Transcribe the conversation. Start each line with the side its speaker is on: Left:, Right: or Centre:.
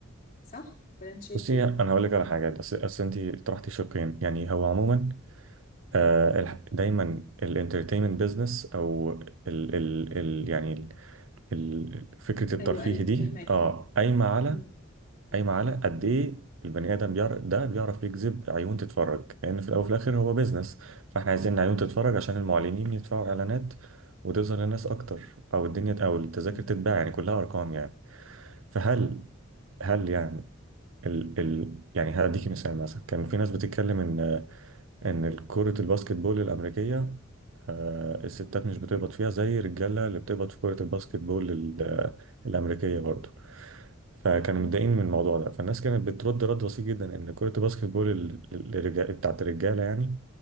Left: صح؟ ولا أنت شايف
Right: بصي
Left: إيه؟
Right: انا هقول لك على حاجه اصل أصل انت طرحتي شقين يعني هو عموما آه الح- دايما الانترتينمنت بزنس او ال ال ال يعني ال فكره الترفيه
Left: أيوه أيوه
Right: دي
Left: فهماك
Right: اه قايمه على
Left: أمم،
Right: قايمه على قد ايه البني ادم بيعرف ده بيعرف يجذب عيون تتفرج لان في الاول وفي الاخر هو بزنس فاحنا عايزين عيون تتفرج عشان المعلنين يدفعوا اعلانات وتظهر للناس اكتر او الدنيا او التذاكر
Left: أمم،
Right: تتباع يعني كلها ارقام يعني فهل هل يعني ال ال يعني هديكي مثال مثلا كان في ناس بتتكلم ان ان كرة الباسكت بول الامريكية آه، الستات مش بتقبض فيها زي الرجالة اللي بتقبض في كرة الباسكت بول ال- الامريكية برضه فكانوا
Left: أمم.
Right: متضايقين من الموضوع ده فالناس كانت بترد رد بسيط جدا ان كرة الباسكت بول ال- ال- الرجا- بتاعت الرجالة يعني